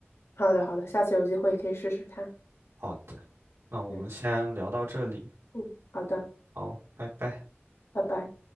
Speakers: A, on the left; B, on the right.
A: 好的好的，下次有机会可以试试看。
B: 好的，那我们先聊到这里，
A: 嗯嗯，好的，
B: 好，拜拜。
A: 拜拜。